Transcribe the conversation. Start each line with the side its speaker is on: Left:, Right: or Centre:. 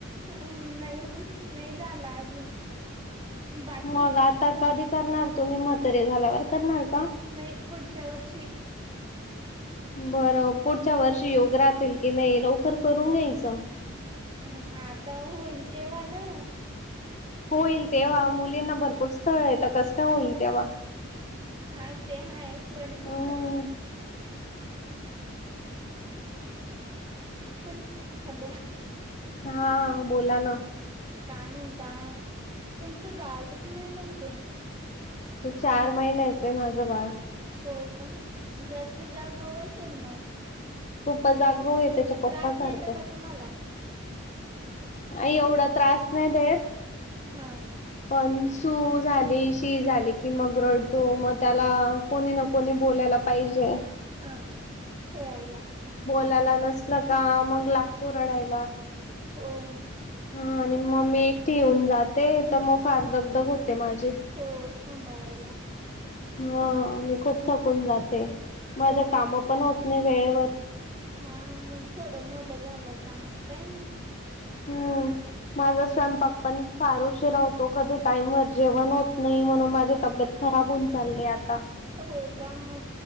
Right: हम नाही नाही झाला अजून बाकी
Left: मग आता कधी करणार तुम्ही मतरे झाल्यावर करणार
Right: आहे
Left: का?
Right: नाही पुढच्या वर्षी
Left: बरं पुढच्या वर्षी योग राहतील की नाही लवकर करून घ्यायचं.
Right: हम् आता होईल तेव्हा ना
Left: होईल तेव्हा मुलींना भरपूर स्थळ येतं कसं काय होईल तेव्हा
Right: हा ते हाय पण
Left: हम्म
Right: मग तुम हॅलो,
Left: हा बोला ना
Right: काय म्हणता तुमचं बाळ किती महिन्याचे आहे.
Left: ते चार महिन्याचं आहे माझं बाळ
Right: हो का जास्त जागा वशल मग
Left: खूप जागोह आहे त्याच्या पप्प
Right: त्रास
Left: सारखं.
Right: देत का तुम्हाला
Left: एवढा
Right: हम्
Left: त्रास नाही देत.
Right: हा
Left: पण सू झाली शी झाली की मग रडतो मग त्याला कोणी न कोणी बोलायला पाहिजे.
Right: हा खेळयला हम्
Left: लाला नस न का मग लागतो रडायला.
Right: होओ
Left: हा आणि मग मी एकटे येऊन जाते तर मग फार दग दग होते माझी
Right: हो सांभाळायला.
Left: हा. मी खूप थकून जाते. माझे
Right: हो का
Left: काम पण होत नाही वेळेवर.
Right: हा. मग थोडं मोठं झालं का? मग काय नाही.
Left: हम्म. माझा
Right: हा
Left: स्वयंपाक पण- फार उशीरा होतो. कधी टाईम वर जेवण होत नाही म्हणून माझी तब्येत खराब होऊन चालली आता.
Right: होय का? मग